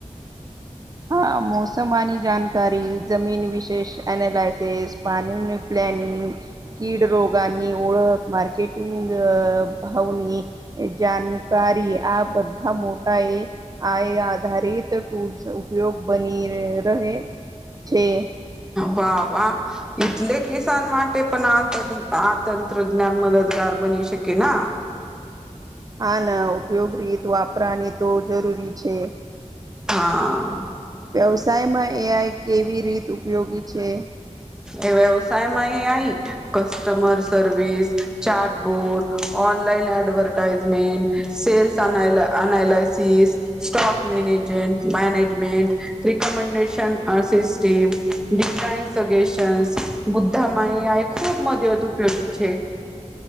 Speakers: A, on the right (about 30°); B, in the centre.
A: હા, મોસામાની જાણકારી, જમીન વિશેષ એનાલાઇસેસ પ્લાનિંગનુ પ્લેનિંગ કીડરોગાની ઓળખ માર્કેટિંગ ભાવુની જાણકારી આ બધા મોટા એ આ એ આધારિત ટૂ ઉપયોગ બની રહે છે.
B: વાહ વાહ. એટલે કિસાન માટે પણ આ આ તંત્રજ્ઞાન મદદગાર બની શકે ના.
A: હા, ના ઉપયોગ રીત વાપરાની તો જરૂરી છે.
B: હા.
A: વ્યવસાયમાં એ આઈ કેવી રીત ઉપયોગી છે?
B: એ વ્યવસાયમાં એ આવીય customer service chatbot. Online advertisement, sales અનાય analysis. Stock management management. Recommendation અસિસટીમ designs suggestions બુદ્ધામાંય આ ખૂબ મદદ ઉપયોગી છે.